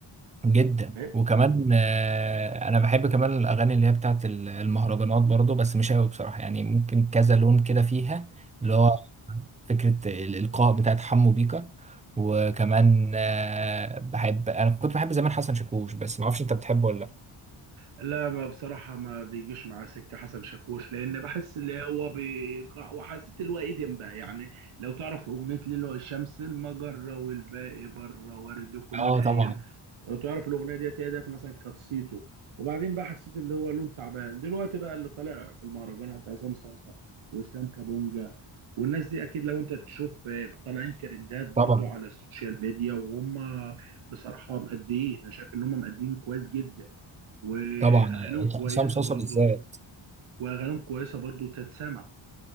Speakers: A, on the right (about 15°); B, on the right (about 85°).
A: جدا
B: إيه؟
A: وكمان آه، انا بحب كمان الاغاني اللي هي بتاعت ال- المهرجانات برضو بس مش قوي بصراحه يعني ممكن كذا لون كده فيها اللي هو فكره الالقاء بتاعت حمو بيكا وكمان آه، بحب انا كنت بحب زمان حسن شاكوش بس ما اعرفش انت بتحبه ولا لا
B: لا ما بصراحة ما بيجيش معاه سكة حسن شاكوش لأن بحس اللي هو بيقع وحسيت اللي هو إيدم بقى يعني لو تعرف أغنية ليلو الشمس المجرة والباقي بره ورد كل
A: اه
B: أيام
A: طبعا
B: لو تعرف الأغنية ديت هي ديت مثلا كانت صيته وبعدين بقى حسيت اللي هو لون تعبان دلوقتي بقى اللي طالع في المهرجانات عصام صاصة وإسلام كابونجا والناس دي أكيد لو أنت تشوف آه، طالعين ترندات برضو
A: طبعا
B: على السوشيال ميديا وهم بصراحة مأديين أنا شايف إن هم مأديين كويس جدا واغانيهم
A: طبعا
B: كويسه
A: عصام صوصه
B: برضو
A: بالذات
B: واغانيهم كويسه برضو تتسمع